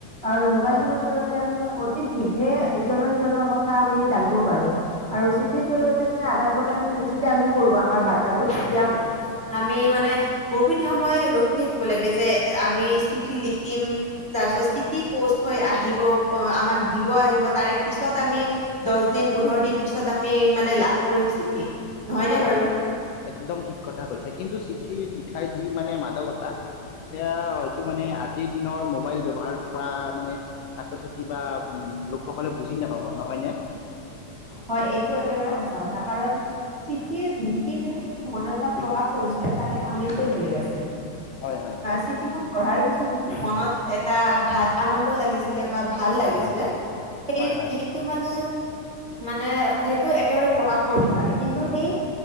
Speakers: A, on the right; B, on the left.
A: আৰু মোবাইল
B: হয়
A: ফোনৰ
B: হয়
A: জৰিয়তে আমি অতি শীঘ্ৰে ইজনৰ সিজনৰ কথা আমি জানিব পাৰো আৰু চিঠিৰ জৰিয়তে মানে আদান প্ৰদান যেতিয়া আমি কৰো আমাৰ ৰ্বাতাবোৰ
B: উম,
A: তেতিয়া আমি মানে বহুখিনি সময় ৰখি থাকিব লাগে যে আমি চিঠি লিখিম তাৰ
B: হয়
A: পিছত চিঠি পোষ্ট হৈ আহিব। অ আমাক দিব আহিব তাৰে পিছত আমি দহ দিন পোন্ধৰ
B: উম।
A: দিন পিছত আমি মানে লাভ কৰিম চিঠি নহয়নে
B: হয়
A: বাৰু?
B: হয় ঠিক একদম ঠিক কথা কৈছ কিন্তু চিঠিৰ। শিক্ষাৰ যি মানে মাদকতা সেয়া হয়তো মানে আজিৰ দিনৰ মোবাইল ব্যৱহাৰ পৰা মানে ছাত্ৰ ছাত্ৰী বা লোকসকলে বুজি নাপাব নহয়নে।
A: হয় এইটো একেবাৰে
B: অ
A: সঁচা কথা কাৰণ। চিঠি লিখি পিনে যিটো মনৰ ভাৱ প্ৰকাশ কৰিছিলে। তাৰে আমি দ বেলে আছিল
B: হয় হয়
A: চিঠি খন। পঢ়াৰ পিছত যিটো মনত এটা ভাল আনন্দ লাগিছিল। বা ভাল
B: হয়
A: লাগিছিলে
B: হয়
A: সেই
B: হয় হয়
A: সেইটো মানে। এ সেইটো একেবাৰে প্ৰকাশ কৰিব নোৱাৰি। কিন্তু
B: উম
A: সেই